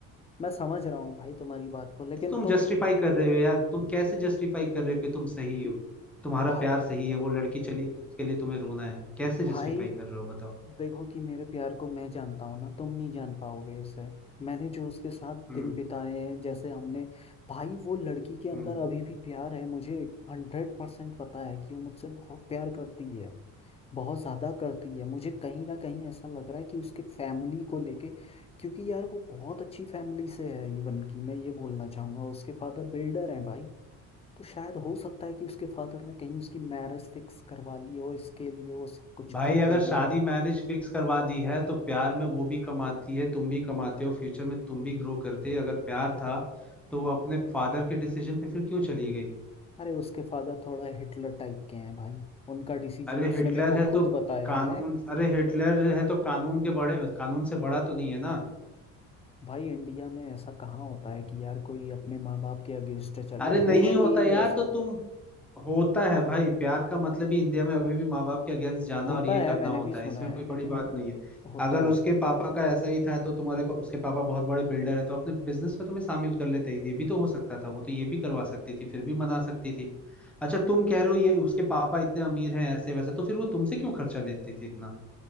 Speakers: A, on the left; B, in the centre.
A: मैं समझ रहा हूँ भाई तुम्हारी बात को लेकिन
B: तुम
A: तुम
B: जस्टिफाई कर रहे हो यार तुम कैसे जस्टिफाई कर रहे हो कि तुम सही हो तुम्हारा
A: भाई
B: प्यार सही है वो लड़की चली गई उसके लिए तुम्हें रोना है कैसे
A: भाई
B: जस्टिफाई कर रहे हो बताओ
A: देखो कि मेरे प्यार को मैं जानता हूँ ना तुम नहीं जान पाओगे इसे मैंने जो उसके साथ
B: हम्म
A: दिन बिताए हैं जैसे हमने भाई वो लड़की के अंदर
B: हम्म
A: अभी भी प्यार है मुझे हंड्रेड परसेंट पता है कि वो मुझसे बहुत प्यार करती है बहुत ज्यादा करती है मुझे कहीं ना कहीं ऐसा लग रहा है कि उसके फैमिली को लेके क्योंकि यार वो बहुत अच्छी फैमिली से है इवन की मैं ये बोलना चाहूंगा उसके फादर बिल्डर हैं भाई तो शायद हो सकता है कि उसके फादर ने कहीं उसकी मैरिज फिक्स करवा ली हो इसके लिए वो सब कुछ
B: भाई
A: कर
B: अगर
A: रही
B: शादी
A: है
B: मैरिज फिक्स करवा दी है तो प्यार में वो भी कमाती है तुम भी कमाते हो फ्यूचर में तुम भी ग्रो करते अगर प्यार था तो वो अपने फादर के डिसीजन पे फिर क्यों चली गई
A: अरे उसके फादर थोड़ा हिटलर टाइप के हैं भाई उनका डिसीजन
B: अरे
A: उसने
B: हिटलर
A: मेरे को
B: है
A: खुद
B: तो
A: बताया
B: कानून
A: है
B: अरे हिटलर है तो कानून के बड़े कानून से बड़ा तो नहीं है ना
A: भाई इंडिया में ऐसा कहाँ होता है कि यार कोई अपने माँ बाप के अगेंस्ट चल
B: अरे नहीं
A: रेयरली
B: होता यार
A: ऐसा
B: तो तुम होता है भाई प्यार का मतलब ही इंडिया में अभी भी माँ बाप के अगेंस्ट जाना
A: होता
B: और ये
A: है
B: करना
A: मैंने
B: होता
A: भी सुना
B: है इसमें
A: है
B: कोई बड़ी
A: लेकिन
B: बात नहीं है
A: होता
B: अगर उसके
A: है
B: पापा का ऐसा ही था तो तुम्हारे पा- उसके पापा बहुत बड़े बिल्डर है तो अपने बिजनेस में तुम्हें शामिल कर लेते ये भी तो हो सकता था वो तो ये भी करवा सकती थी फिर भी मना सकती थी अच्छा तुम कह रहे हो ये उसके पापा इतने अमीर हैं ऐसे वैसे तो फिर वो तुमसे क्यों खर्चा लेती थी इतना